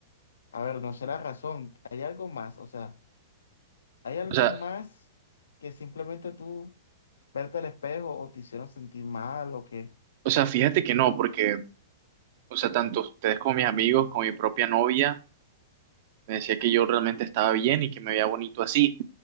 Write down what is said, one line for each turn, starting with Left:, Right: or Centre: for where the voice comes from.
Left: a ver, no será razón, hay algo más, o sea... ¿Hay algo
Right: O sea,
Left: más que simplemente tú verte al espejo o te hicieron sentir mal o qué?
Right: o sea, fíjate que no, porque, o sea, tanto ustedes como mis amigos, como mi propia novia, Me decía que yo realmente estaba bien y que me veía bonito así,